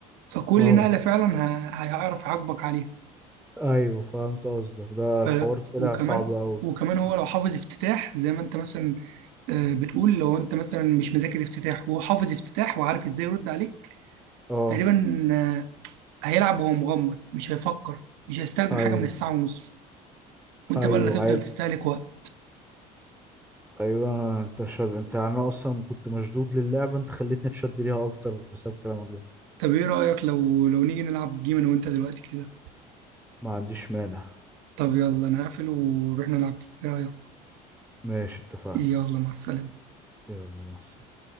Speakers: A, on the right; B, in the centre.
A: فكل
B: اه
A: نقله فعلا ه- هيعرف يعاقبك عليها
B: ايوه فهمت قصدك ده
A: ف...
B: الحوار طلع
A: وكمان
B: صعب قوي
A: وكمان هو لو حافظ افتتاح زي ما انت مثلا آه، بتقول لو انت مثلا مش مذاكر افتتاح وهو حافظ افتتاح وعارف ازاي يرد عليك
B: اه
A: تقريبا آه، هيلعب وهو مغمض مش هيفكر مش هيستخدم
B: ايوه
A: حاجه من الساعه ونص وانت
B: ايوه
A: بقى اللي هتفضل
B: عيب
A: تستهلك وقت
B: ايوه أنا- انت شد انت يعني انا اصلا كنت مشدود للعبه انت خليتني اتشد ليها اكتر بسبب كلامك ده
A: طب ايه رأيك لو لو نيجي نلعب جيم انا وانت دلوقتي كده
B: ما عنديش مانع
A: طب يلا انا هقفل ونروح نلعب جيم ايه رأيك
B: ماشي اتفقنا
A: يلا مع السلامة
B: يلا مع السلامه